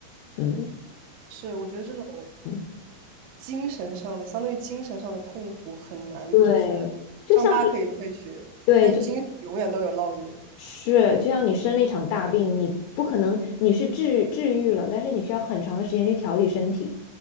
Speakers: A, on the left; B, on the right.
A: 嗯
B: 是，我觉得这种
A: 嗯，
B: 精神上的，相当于精神上的痛苦很难，
A: 它对。
B: 就是伤疤可以褪去，
A: 就像你。对
B: 但精神永远都有烙印。
A: 是，就像你生了一场大病，你不可能你是治治愈了，但是你需要很长的时间去调理身体，